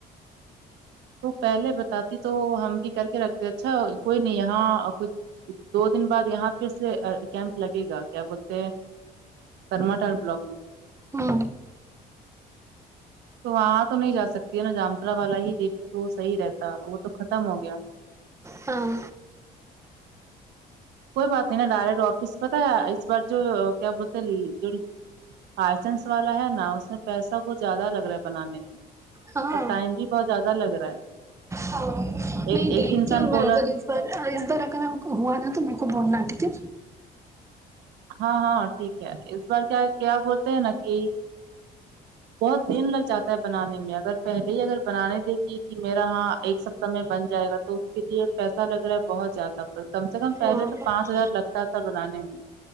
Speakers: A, on the right; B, on the right.
A: تو پہلے بتاتی تو ہم بھی کر کے رکھتے اچھا کوئی نہیں یہاں کچھ دو دن بعد یہاں پھر سے کیمپ لگے گا کیا بولتے ہیں کررمٹا بلاک میں
B: ہوں
A: تو وہاں تو نہیں جا سکتی ہے نا جامترا والا ہی دتی تو وہ صحیح رہتا وہ تو ختم ہو گیا
B: ہاں
A: کوئی بات نہیں نا ڈائریکٹ آفس پتا ہے اس بار جو کیا بولتے ہے لائسنس والا ہے نا اس میں پیسہ کچھ زیادہ لگ رہا ہے بنانے میں
B: ہاں
A: اور ٹائم بھی بہت زیادہ لگ رہا ہے
B: ہاں نہیں
A: ایک
B: دیکھتی
A: ایک انسان
B: ہوں میں
A: بولا
B: اگر اس بار اگر ہم کو ہوا نا تو میرے کو بولنا ٹھیک ہے
A: ہاں ہاں ٹھیک ہے اس بار کیا کیا بولتے ہیں نا کہ بہت دن لگ جاتا ہے بنانے میں اگر پہلے ہی اگر بنانے دیکھے کی میرا ہاں ایک س سمے بن جائے گا تو اس کے لیے پیسہ لگ رہا ہے بہت زیادہ کم سے کم پہلے
B: ہاں
A: تو پانچ ہزار لگتا تھا بنانے میں